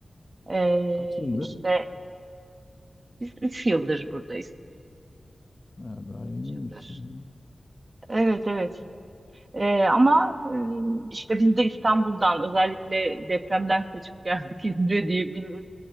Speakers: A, on the right; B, on the left.
A: Ee,
B: Kaç yıldır?
A: işte Üç yıldır buradayız.
B: Ha, daha yeniymişsin.
A: Üç yıldır. Evet evet. Ee, ama e, işte biz de İstanbul'dan özellikle depremden kaçıp geldik <laughs> İzmir'e diyebiliriz.